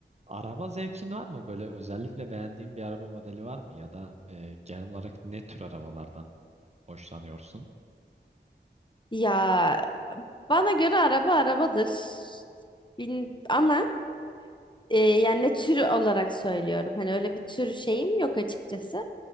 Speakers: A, on the right; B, on the left.
A: Araba zevkin var mı? Böyle özellikle beğendiğin bir araba modeli var mı? Ya da e, genel olarak ne tür arabalardan hoşlanıyorsun?
B: Ya bana göre araba arabadır. Bin, ama e, yani ne türü olarak söylüyorum. Hani öyle bir tür şeyim yok açıkçası.